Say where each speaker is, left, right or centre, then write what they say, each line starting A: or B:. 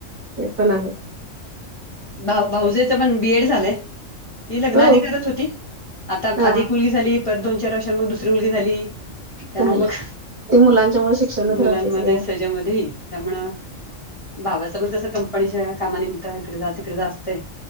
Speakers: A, on the right; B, on the left.
A: ते पण आहे.
B: भा भाऊजेच पण बीएड झालंय. ती लग्नाआधी
A: हो
B: करत होती आता
A: हा
B: अधिक मुलगी झाली परत दोन चार वर्षांमध्ये दुसरी मुलगी झाली. त्यामुळें
A: झालं
B: मग
A: ते मुलांच्यामुळे शिक्षणच
B: मुलांमध्ये
A: राहतं सगळं
B: सजामंध्ये त्यामुळं भावासोबत कसं कंपनीच्या कामानिमित्त इकडे जां तिकडे जां असंते.